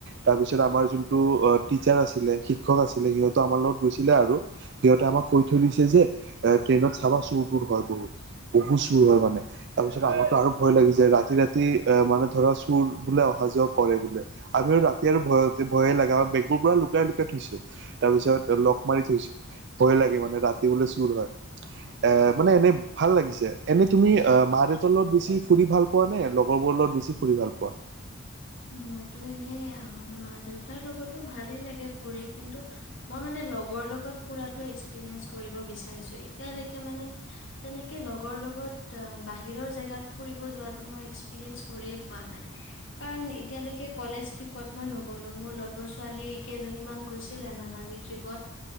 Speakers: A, on the right (about 50°); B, on the left (about 55°).
A: তাৰপিছত আমাৰ যোন টো টিচাৰ আছিলে শিক্ষক আছিলে সিহঁতো আমাৰ লগত গৈছিলে আৰু সিহঁতে আমাক কৈ থৈ দিছে যে এ ট্ৰেইনত চাবা চুৰ তুৰ হয় বহুত বহুত চুৰ হয় মানে তাৰ পিছত আমাৰটো আৰু ভয় লাগি যায় ৰা ৰাতি ৰাতি আ মানে ধৰা চু বোৰ বোলে অহা যোৱা কৰে বোলে আমিও ৰাতি আৰু ভয়তে ভয়ে লাগা বেগবোৰ পুৰা লুকাই লুকাই থৈছো তাৰ পিছত লক মাৰি থৈছো ভয়ে লাগে মানে ৰাতি বোলে চুৰ হয় এ মানে এনে ভাল লাগিছে এনে তুমি আহ মা দেউতাৰ লগত বেছি ফুৰি ভাল পোৱা নে লগৰবোৰ লগত বেছি ফুৰি ভাল পোৱা
B: মইতো এনেই আ মা দেউতাৰ লগততো ভালেই লাগে ফুৰি কিন্তু মই মানে লগৰ লগত ফুৰাতো এক্সপিৰিয়েঞ্চ কৰিব বিচাৰিছো এতিয়ালৈকে মানে তেনেকে লগৰ লগত আ বাহিৰৰ জেগাত ফুৰিব যোৱাটো মই এক্সপিৰিয়েঞ্চ কৰিয়ে পোৱা নাই কাৰণ এতিয়ালৈকে কলেজ ট্ৰিপত মই নগলো মোৰ লগৰ ছোৱালী কেইজনীমান গৈছিলে মানালী ট্ৰিপত